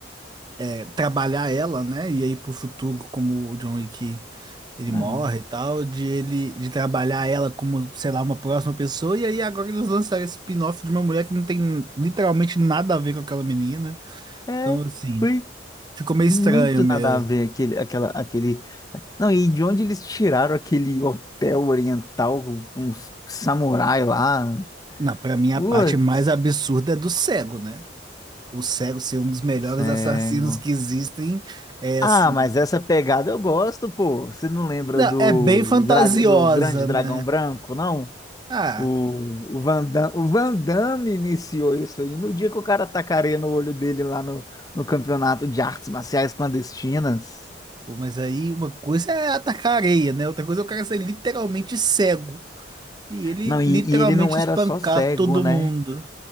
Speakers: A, on the right; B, on the left.
A: é, trabalhar ela, né? E aí pro futuro, como o John Wick. Ele morre
B: Ah,
A: e tal, de ele de trabalhar ela como, sei lá, uma próxima pessoa, e aí agora eles lançaram esse spin-off de uma mulher que não tem literalmente nada a ver com aquela menina.
B: É,
A: Então, assim,
B: foi
A: ficou meio
B: muito
A: estranho mesmo.
B: nada a ver aquele, aquela, aquele. Não, e de onde eles tiraram aquele hotel oriental com, com os samurai lá?
A: na pra mim a
B: Putz,
A: parte mais absurda é do cego, né? O cego ser um dos melhores
B: cego.
A: assassinos que existem é assim.
B: Ah, mas essa pegada eu gosto, pô. Você não lembra
A: Não,
B: do,
A: é bem fantasiosa,
B: dra- do Grande Dragão
A: né?
B: Branco, não?
A: Ah,
B: O, o Van Damme, o Van Damme iniciou isso aí no dia que o cara tacareia no olho dele lá no, no campeonato de artes marciais clandestinas.
A: pô, mas aí uma coisa é atacar a areia, né? Outra coisa é o cara ser literalmente cego. E ele
B: Não, e,
A: literalmente
B: e ele não era
A: espancar
B: só cego,
A: todo
B: né?
A: mundo.